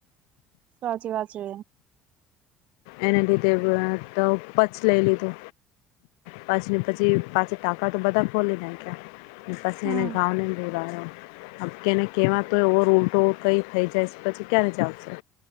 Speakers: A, on the right; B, on the left.
A: સાચી વાત છે
B: એને લીધે પછ લઈ લીધો પછ પછી પાછી ટાકા તો બધા ખોલી નાખ્યા. પછી
A: હમ
B: એને કામે નઈ કરવાનું. અબ એને કેવા તો ઓવો ઉલટો કઈ થઇ જાય પછી ક્યારે જ આવશે.